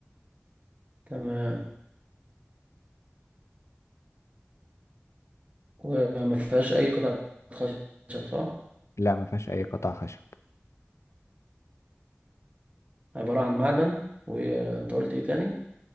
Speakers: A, on the right (about 30°); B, on the left (about 85°).
A: تمام وما فيهاش أي قطعة خشب صح؟
B: لا ما فيهاش أي قطع خشب
A: عبارة عن معدن وانت قلت ايه تاني